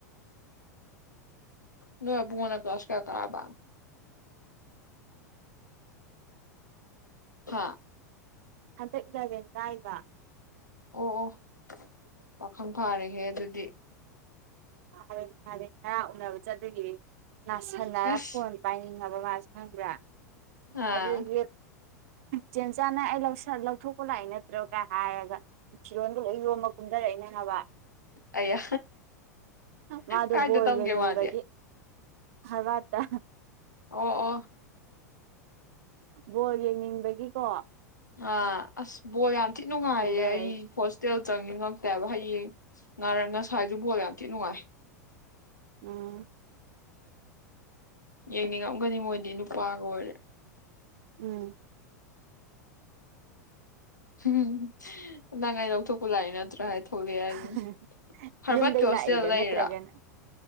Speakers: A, on the left; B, on the right.
A: ꯅꯣꯏ ꯑꯕꯨꯡꯉꯣꯅ ꯀ꯭ꯥꯂꯁ ꯀꯌꯥ ꯀꯥꯕ ꯍꯥꯥ
B: ꯍꯟꯗꯛ ꯏꯂꯦꯚꯦꯟ ꯀꯥꯏꯕ
A: ꯑꯣ ꯑꯣ ꯄꯥꯈꯪ ꯐꯥꯔꯦꯍꯦ ꯑꯗꯨꯗꯤ
B: ꯐꯔꯦ ꯐꯔꯦꯗ ꯎꯅꯕ ꯆꯠꯇꯣꯏꯅꯦ ꯅꯥꯁꯟꯅꯔ
A: ꯑꯁ
B: ꯐꯣꯟ ꯄꯥꯏꯅꯤ ꯐꯕꯧꯉꯥ ꯍꯥꯏꯁꯦ ꯈꯪꯕ꯭ꯔꯥ
A: ꯑꯥ
B: ꯑꯗꯨꯗꯒꯤ ꯆꯦꯟ ꯆꯥꯅ ꯑꯩꯁꯤꯜ ꯂꯧꯊꯣꯛꯄ ꯂꯥꯛꯏ ꯅꯠꯇ꯭ꯔꯣꯒ ꯍꯥꯏꯔ ꯐꯤꯔꯣꯟꯗꯨ ꯂꯣꯏ ꯌꯣꯝꯃ ꯀꯨꯝꯊꯔꯛꯏꯅꯦ ꯍꯥꯏꯕ
A: ꯑꯩꯌꯥ
B: ꯃꯥꯗꯣ
A: ꯀꯥꯏꯗ
B: ꯕꯣꯔ
A: ꯇꯝꯒꯦ
B: ꯌꯦꯡꯅꯤꯡꯕꯒꯤ
A: ꯃꯥꯗꯤ
B: ꯍꯥꯔꯕꯥꯠꯇ
A: ꯑꯣ ꯑꯣ
B: ꯕꯣꯜ ꯌꯦꯡꯅꯤꯡꯕꯒꯤꯀꯣ
A: ꯑꯥ ꯑꯁ ꯕꯣꯜ ꯌꯥꯝ ꯊꯤ ꯅꯨꯡꯉꯥꯏꯌꯦ
B: ꯀꯨꯝꯗꯔꯛꯏ
A: ꯑꯩ ꯍꯣꯁꯇꯦꯜ ꯆꯪꯅꯤꯉꯛꯇ꯭ꯔꯕ ꯍꯌꯦꯡ ꯉꯥꯔ ꯉꯁꯥꯏꯁꯨ ꯕꯣꯜ ꯌꯥꯝ ꯊꯤ ꯅꯨꯡꯉꯥꯏ
B: ꯎꯝ
A: ꯌꯦꯡꯅꯤꯡꯉꯝꯒꯅꯤ ꯃꯣꯏꯗꯤ ꯅꯨꯄꯥꯒ ꯑꯣꯏꯔꯦ
B: ꯎꯝ
A: ꯁꯨꯝ ꯅꯪ ꯑꯩ ꯂꯧꯊꯣꯛꯄ ꯂꯥꯛꯏ ꯅꯠꯇ꯭ꯔꯥ ꯊꯣꯛꯂꯛꯑꯦ ꯍꯥꯏꯗꯨꯅꯤ
B: ꯍꯥ ꯍꯥ ꯍꯥ
A: ꯍꯔꯕꯠꯀꯤ
B: ꯌꯨꯝꯗ
A: ꯍꯣꯁꯇꯦꯜ
B: ꯂꯥꯛꯑꯦꯗ
A: ꯂꯩꯔꯤꯔꯥ
B: ꯅꯠꯇ꯭ꯔꯒꯅ